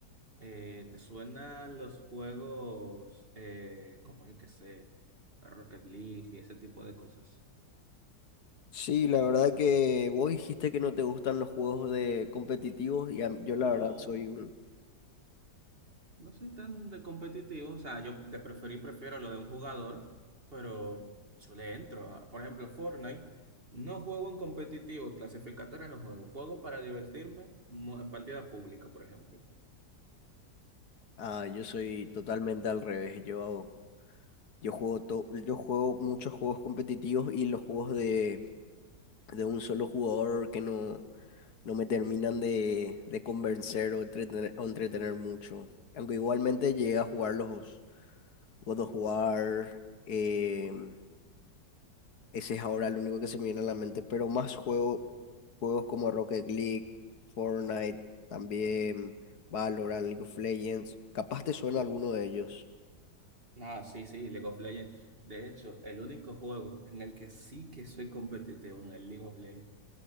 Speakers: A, on the right; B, on the left.
A: Eh, ¿te suenan los juegos eh, como yo que sé, Rocket League y ese tipo de cosas?
B: Sí, la verdad que vos dijiste que no te gustan los juegos de competitivos y a- yo la
A: No,
B: verdad soy un
A: no soy tan de competitivo. O sea, yo de preferir prefiero lo de un jugador, pero yo le entro. a- por ejemplo, Fortnite, no juego en competitivo, clasificatoria no juego. Juego para divertirme mo- en partida pública, por ejemplo.
B: Ah, yo soy totalmente al revés. Yo, yo juego to- yo juego muchos juegos competitivos y los juegos de, de un solo jugador que no, no me terminan de, de convencer o entretener, o entretener mucho. Aunque igualmente llegué a jugar los God of War. em, ese es ahora el único que se me viene a la mente. Pero más juego juegos como Rocket League, Fortnite, también Valorant, League of Legends. Capaz te suena alguno de ellos.
A: Ah, sí, sí, League of Legends. De hecho, el único juego en el que sí que soy competitivo en el League of Legends.